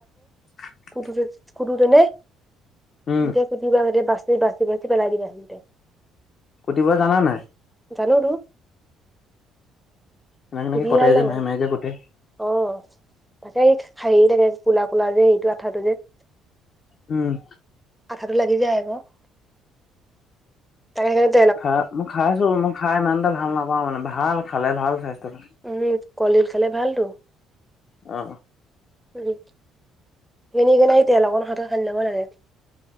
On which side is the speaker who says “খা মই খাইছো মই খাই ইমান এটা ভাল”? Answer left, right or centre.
Left